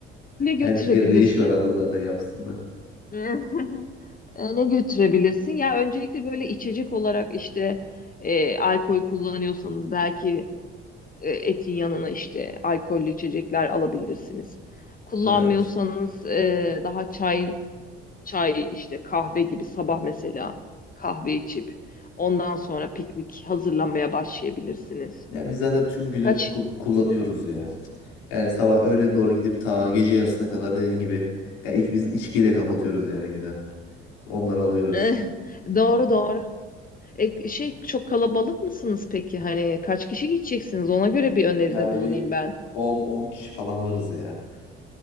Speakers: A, on the left (about 30°); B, on the left (about 70°).
A: Ne götürebilirsin?
B: Erkeklerin ne iş var abla zaten yapsınlar.
A: <laughs> E, Ne götürebilirsin? Ya öncelikle böyle içecek olarak işte e, alkol kullanıyorsanız belki E, etin yanına işte alkollü içecekler alabilirsiniz. Kullanmıyorsanız
B: Evet.
A: e, daha çay, çay işte kahve gibi sabah mesela kahve içip ondan sonra piknik hazırlamaya başlayabilirsiniz.
B: Ya biz zaten tüm günü
A: Kaç
B: ku-
A: <laughs>
B: kullanıyoruz ya. Yani sabah öğlen doğru gidip ta gece yarısına kadar dediğin gibi. Ya iç, biz içkiyle kapatıyoruz yani günü. Onları alıyoruz.
A: Eh, doğru doğru. E, şey çok kalabalık mısınız peki? Hani kaç kişi gideceksiniz? Ona göre bir öneride
B: Yani
A: bulunayım
B: bir
A: ben.
B: on on kişi falan varız ya.